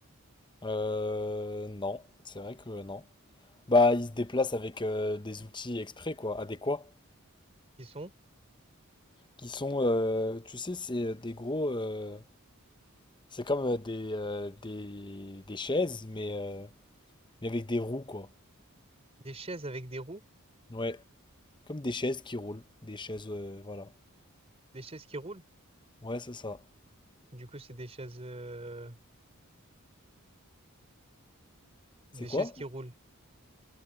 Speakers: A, on the left; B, on the right.
A: Euh, non, c'est vrai que non. Bah, ils se déplacent avec euh, des outils exprès, quoi, adéquats,
B: qui sont
A: qui sont, euh, tu sais, c'est des gros, euh, c'est comme euh, des, euh, des, des chaises, mais, euh, mais avec des roues, quoi.
B: des chaises avec des roues,
A: Ouais, comme des chaises qui roulent, des chaises, euh, voilà.
B: des chaises qui roulent.
A: Ouais, c'est ça.
B: Du coup, c'est des chaises, euh,
A: C'est
B: des
A: quoi?
B: chaises qui roulent.